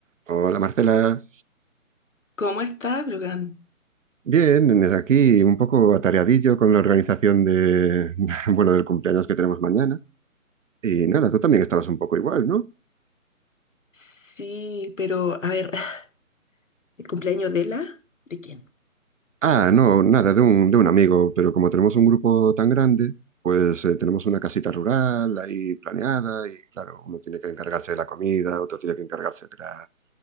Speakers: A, on the right; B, on the left.
A: Hola Marcela.
B: ¿Cómo está, Brogan?
A: Bien, desde aquí un poco atareadillo con la organización de, <laughs> bueno, del cumpleaños que tenemos mañana. Y nada, tú también estabas un poco igual, ¿no?
B: Sí, pero a ver, <sighs> ¿el cumpleaños de la? ¿De quién?
A: Ah, no, nada, de un, de un amigo, pero como tenemos un grupo tan grande, pues eh, tenemos una casita rural ahí planeada y claro, uno tiene que encargarse de la comida, otro tiene que encargarse de la